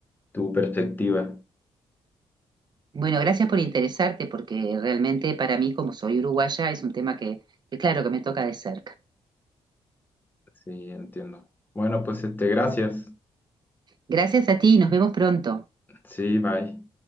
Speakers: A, on the left; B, on the right.
A: tu perspectiva.
B: Bueno, gracias por interesarte porque realmente para mí, como soy uruguaya, es un tema que, que claro que me toca de cerca.
A: Sí, entiendo. Bueno, pues este, gracias.
B: Gracias a ti, nos vemos pronto.
A: Sí, bye.